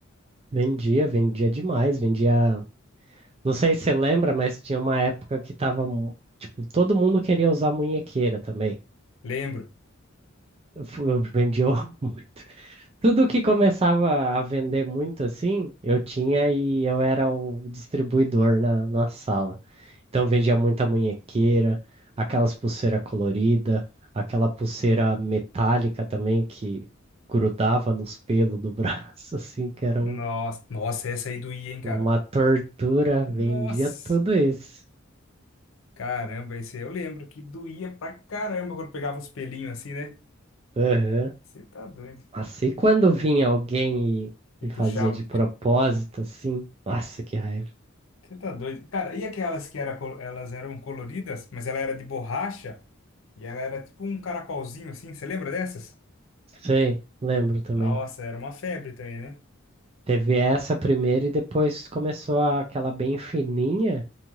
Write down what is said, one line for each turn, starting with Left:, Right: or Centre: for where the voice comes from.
Right: Vendia, vendia demais, vendia. Não sei se você lembra, mas tinha uma época que tava. mu- Tipo, todo mundo queria usar munhequeira também.
Left: Lembro.
Right: Eu, fu- eu vendia <laughs> muito. Tudo que começava a vender muito assim, eu tinha e eu era o distribuidor na, na sala. Então vendia muita munhequeira, aquelas pulseira colorida, aquela pulseira metálica também que grudava nos pelos do braço, <laughs> assim, que era
Left: Nossa,
Right: um-
Left: nossa, essa aí doía, hein, cara?
Right: uma tortura. Vendia
Left: Nossa,
Right: tudo isso.
Left: caramba, esse aí eu lembro que doía pra caramba quando pegava os pelinhos assim, né?
Right: Aham.
Left: Você tá doido.
Right: Assim, quando vinha alguém e,
Left: E
Right: e fazia
Left: puxava.
Right: de propósito, assim, nossa, que raiva.
Left: Você tá doido. Cara, e aquelas que era, col- elas eram coloridas, mas ela era de borracha e ela era tipo um caracolzinho assim, você lembra dessas?
Right: Sei, lembro também.
Left: Nossa, era uma febre também, né?
Right: Teve essa primeira e depois começou a- aquela bem fininha,